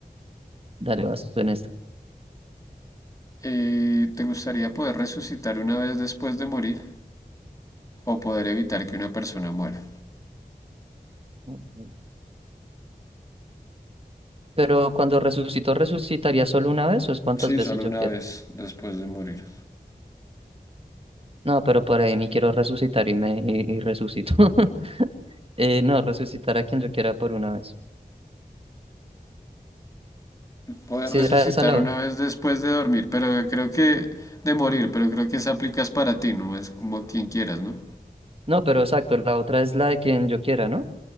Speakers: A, on the right; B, on the left.
A: Dale, vas tú en esta.
B: Eh, ¿te gustaría poder resucitar una vez después de morir o poder evitar que una persona muera?
A: Ujú. Pero cuando resucito, ¿resucitaría solo una vez o es cuántas
B: Sí,
A: veces
B: solo
A: yo
B: una
A: quiero?
B: vez después de morir.
A: No, pero por ahí ni quiero resucitar y me y, y resucito. <laughs> Eh, no, resucitar a quien yo quiera por una vez.
B: Poder
A: Si
B: resucitar
A: era esa la
B: una
A: otra.
B: vez después de dormir, pero creo que de morir, pero creo que esa aplicas para ti, no es como quien quieras, ¿no?
A: No, pero exacto, la otra es la de quien yo quiera, ¿no?